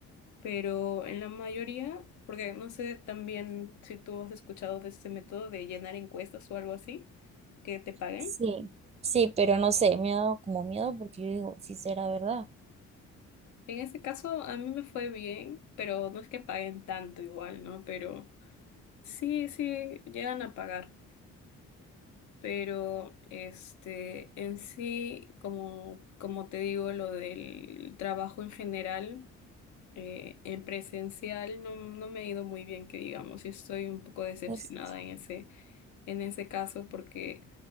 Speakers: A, on the left; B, on the right.
A: pero en la mayoría, porque no sé también si tú has escuchado de este método de llenar encuestas o algo así que te paguen.
B: Sí, sí, pero no sé, me ha dado como miedo porque yo digo, si será verdad.
A: En este caso a mí me fue bien, pero no es que paguen tanto igual, ¿no? Pero Sí, sí, llegan a pagar, pero este, en sí, como, como te digo, lo del trabajo en general, eh, en presencial no, no me ha ido muy bien, que digamos, y estoy un poco decepcionada
B: Es,
A: en ese, en ese caso, porque